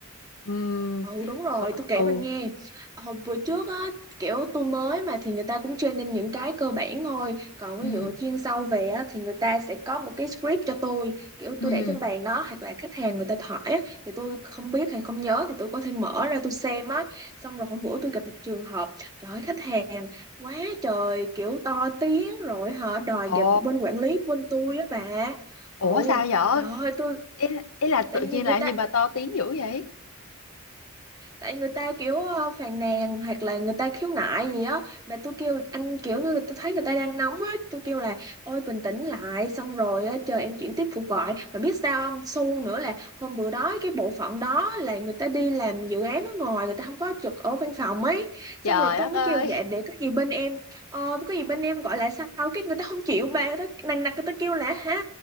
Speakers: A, on the left; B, on the right.
A: Ừm,
B: Ừ đúng rồi,
A: thật,
B: tôi kể
A: ừ,
B: bạn nghe. Hồi bữa trước á kiểu tôi mới mà thì người ta cũng training những cái cơ bản thôi, còn ví
A: ừ.
B: dụ chuyên sâu về á thì người ta sẽ có một cái script cho tôi, kiểu
A: ừm,
B: tôi để trên bàn đó hoặc là khách hàng người ta hỏi á thì tôi không biết hay không nhớ thì tôi có thể mở ra tôi xem á. Xong rồi hôm bữa tôi gặp một trường hợp, trời ơi khách hàng quá trời kiểu to tiếng rồi họ đòi
A: ồ,
B: gặp bên quản lý bên tôi á bà. Ồ,
A: ủa sao vậy?
B: trời ơi tôi
A: Ý, ý là tự
B: tại vì
A: nhiên
B: người
A: làm
B: ta
A: gì mà to tiếng dữ vậy?
B: tại người ta kiểu ờ, phàn nàn hoặc là người ta khiếu nại gì á mà tôi kêu anh kiểu như là tôi thấy người ta đang nóng á tôi kêu là ôi bình tĩnh lại xong rồi á, chờ em chuyển tiếp cuộc gọi mà biết sao không xu nữa là hôm bữa đó cái bộ phận đó là người ta đi làm dự án ở ngoài người ta không có trực ở văn phòng ấy
A: Trời
B: xong rồi tôi
A: đất
B: mới
A: ơi.
B: kêu dạ để có gì bên em ờ, có gì bên em gọi lại sau cái người ta không chịu bà người ta nằng nặc người ta kêu là hả